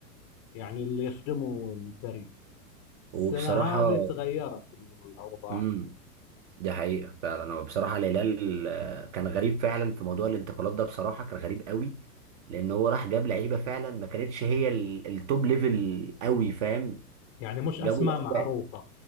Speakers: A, on the left (about 25°); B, on the right (about 45°).
A: يعني اللي يخدموا الفريق السنه
B: وبصراحه
A: هذه تغيرت الاوضاع
B: امم ده حقيقه فعلا هو بصراحه الهلال آه، كان غريب فعلا في موضوع الانتقالات ده بصراحه كان غريب قوي لان هو راح جاب لعيبه فعلا ما كانتش هي ال- التوب ليفل قوي فاهم
A: يعني مش
B: جابوا
A: اسماء معروفه
B: لعيبه